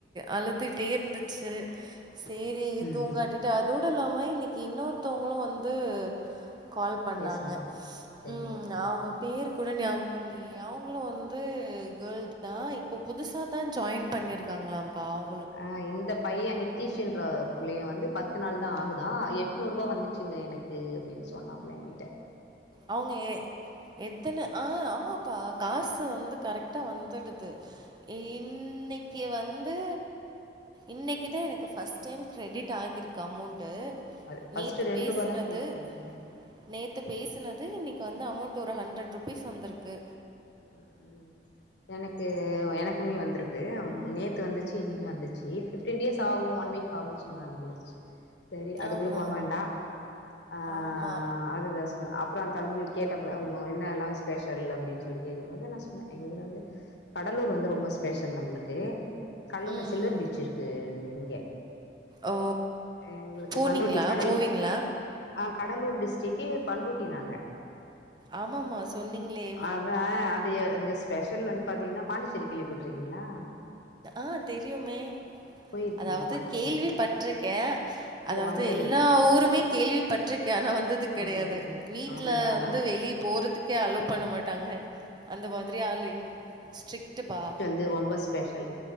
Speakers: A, on the right; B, on the left.
A: அழுதுட்டே இருந்துச்சு சேரி
B: ம்.
A: தூங்காட்டி அதோட இல்லாம இன்னிக்கி இன்னொருத்தவங்களு வந்து கால் பண்ணாங்க
B: பேசுனாங்க. சரி
A: ம்
B: ஓகே,
A: அவங்
B: ஓகே.
A: பேரு கூட ஞாபகம் இல்லையே அவுங்களும் வந்து கேள்தா இப்போ புதுசாதா ஜாயின் பண்ணிருக்காங்களா பாவோ
B: ஆ இந்த பையே நித் தீஷ் என்ற புள்ளையும் வந்து பத்து நாள்தா ஆகுதா எட்நூரூபா வந்துச்சுங்க எனுக்கு அப்டின் சொ சொன்னாப்ல ஏங்கிட்ட
A: அவுங்க எ எத்தன ஆ ஆமாப்பா காசு வந்து கரெக்டா வந்துடுது இன்னக்கீ வந்து இன்னக்கிதா எனக்கு ஃபர்ஸ்ட் டைம் கிரிடிட் ஆகிருக்கு அமௌண்ட்டு
B: அ ஃபர்ஸ்ட்டு
A: நேத்து
B: ரூ.
A: பேசுனது
B: தான் கிரெடிட் பண்ணாங்க.
A: நேத்து பேசுனது இன்னக்கி வந்து அமௌண்ட்டு ஒரு ஹண்ட்ரட் ருபீஸ் வந்துருக்கு
B: ம் ம் எனக்கு எனக்குமே வந்திருக்கு நேத்து வந்துச்சு இன்னிக்கு வந்துச்சு ஃபிஃப்டீன் டேஸ் ஆகும் ஒன் வீக் ஆகும் சொன்னாங்க வந்துருச்சு செரி அதுக்குள்ள
A: ஆமா
B: போக வேண்டா ஆ
A: ஆமா
B: அதுக்தா சொன்னே அப் ப்றோ தம்பி கேட்டாப்ல அவுங்க என்னெல்லா ஸ்பெஷல் அப்டின்னு சொல்லி கேட்கும் போது நா சொன்னே எங்க ஊர் வந்து கடலூர் வந்து ரொம்ப ஸ்பெஷல் நம்மளுக்கு கல்லுல
A: ம்
B: சில்வர் பீச் இருக்கு இங்க
A: ஓ
B: எங்களுக்கு
A: போனீங்களா
B: பண்ரொட்டி கடல்
A: போவீங்களா
B: ஆ கடலூர் டிஸ்ட்டிரிக்கு பண்ருட்டி நாங்க
A: ஆமாமா சொன்னீங்ளே
B: அதா அது எ இங்க ஸ்பெஷல் வந்து பாத்தீங்கன்னா பாண்டிச்சேரி கேள்வி பட்ருக்கீங்ளா
A: ஆ தெரியுமே
B: போயிருக்கீங்களா
A: அதாவ்து
B: பாண்டிச்சேரிக்கு
A: கேள்வி பட்ருக்கே அதாவ்து
B: போ வந்ததில்ல
A: எல்லா ஊருமே கேள்வி பட்ருக்கே வந்தது கிடையாது
B: ஆ
A: வீட்ல
B: அதுதா அதா
A: வந்து வெளிய போறதுக் கே அலோ பண்ண மாட்டாங்க அந்த மாதிரி ஆளு இங் ஸ்ட்ரிட்டுப்பா
B: இது ரொம்ப ஸ்பெஷல்